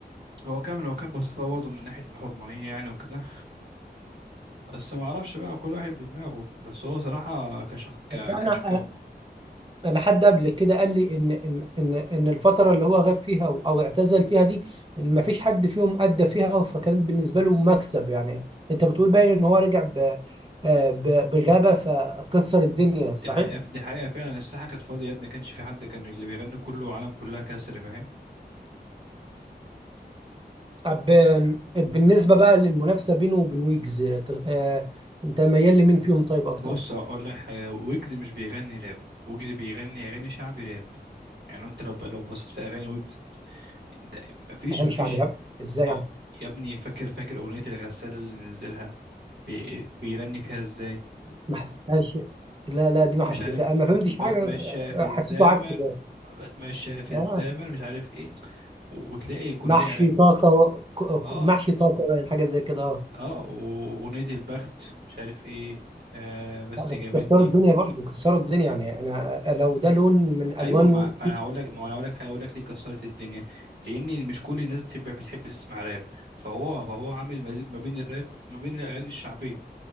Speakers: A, on the right (about 75°); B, on the right (about 30°).
A: هو كان هو كان بص لها برضه من ناحية الحرمانية يعني وكده بس ما اعرفش بقى كل واحد بدماغه بس هو صراحة كشخ ك...
B: بس انا
A: كشكم
B: انا حد قبل كده قال لي ان ان ان ان الفتره اللي هو غاب فيها او أو اعتزل فيها دي إن ما فيش حد فيهم ادى فيها فكانت بالنسبه له مكسب يعني انت بتقول باين ان هو رجع ب آه، ب- بغابه فكسر الدنيا صحيح
A: دي حقيقة دي حقيقة فعلا الساحة كانت فاضية يا ابني ما كانش في حد كان اللي بيغني كله عالم كلها كسر فاهم
B: طب بالنسبه بقى للمنافسه بينه وبين ويجز ت- آه، انت ميال لمين فيهم طيب اكتر
A: بص اقول لك حاجة ويجز مش بيغني راب ويجز بيغني اغاني شعبي راب يعني انت لو لو بصيت في اغاني ويجز انت مفيش
B: اغاني
A: مفيش
B: شعبي راب ازاي
A: اه
B: يعني
A: يا ابني فاكر فاكر اغنية الغسالة اللي نزلها بي... بيغني فيها ازاي
B: ما حسيتهاش لا لا دي ما
A: مش
B: حسيتها
A: عارف
B: انا ما فهمتش حاجه
A: بتمشى في
B: آه،
A: الزمن
B: حسيته عك ده
A: بتمشى في
B: اه
A: الزمن مش عارف ايه وتلاقي كلها
B: محشي
A: غ-
B: طاقة ك-
A: اه
B: ك- محشي طاقة يعني حاجة زي كده اه
A: اه واغنية البخت مش عارف ايه آه بس
B: لا بس
A: جابتني
B: كسروا الدنيا برضه كسروا الدنيا يعني انا لو ده لون من الوان
A: ايوه ما ما انا هقول لك ما انا هقول لك حاجه هقول لك ليه كسرت الدنيا لان مش كل الناس بتحب بتحب تسمع راب فهو فهو عامل مزيج ما بين الراب وما بين الاغاني الشعبيه